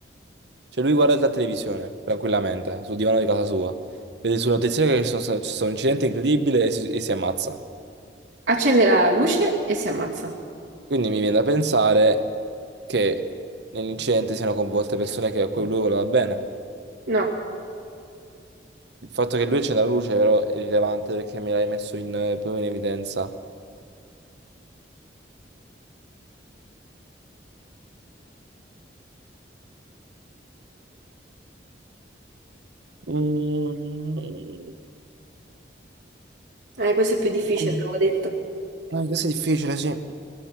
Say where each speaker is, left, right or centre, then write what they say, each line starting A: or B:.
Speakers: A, on the right (about 70°); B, on the right (about 85°).
A: Cioè lui guarda la televisione, tranquillamente, sul divano di casa sua. Vede sul notiziario che sono- ci sono un incidente incredibile e si, e si ammazza.
B: Accende la luce e si ammazza.
A: Quindi mi viene da pensare che nell'incidente siano coinvolte persone che- a cui lui voleva bene.
B: No,
A: Il fatto che lui accenda la luce però è rilevante perché me l'hai messo in, proprio in evidenza. Mm.
B: eh, questo è più difficile,
A: Eh,
B: te l'avevo detto.
A: questo è difficile, sì.